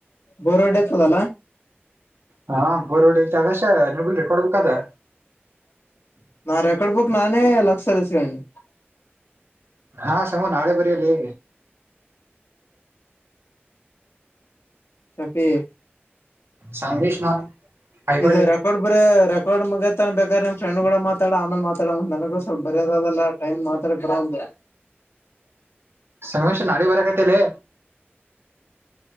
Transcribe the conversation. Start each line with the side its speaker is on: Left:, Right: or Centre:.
Left: ಬೋರ್ವಿಡೆ ಆತದಲ್ಲ
Right: ಹಾ ಬೋರ್ಡಿ ಆಗಷ್ಟ ನಿಮಲ್ಲಿ ರೆಕಾರ್ಡ್ ಬೂಕದ
Left: ನಾ ರೆಕಾರ್ಡ್ ಬುಕ್ ನಾನೇ ಲಕ್ಷಸ ಇಸ್ಕಾದಿನಿ
Right: ಹಾ ಸಮೋ ನಾಳೆ ಬರಲ್ಲೇ
Left: ಶಫೀ
Right: ಸಂಗಲಿಶ್ ನಾಥ್ ಐಹೊಳೆ
Left: ಇದು ರೆಕಾರ್ಡ್ ಬರೀ ರೆಕಾರ್ಡ್ ಮುಗತ ಬೇಕಾದ್ರ ನಿನ್ ಫ್ರಂಡ್ ಕೂಡ ಮಾತಾಡ ಆಮೇಲೆ ಮಾತಾಡ್ ನಂಗೊಸ್ ಸ್ವಲ್ಪ ಬರಿಯಾಕಾಗಲ್ಲ ಟೈಮ್ ಮಾತ್ರ ಬರವಲ್ದು
Right: ಸಂಗಮೇಶ ನಾಳೆ ಬರಕತ್ತಲೆ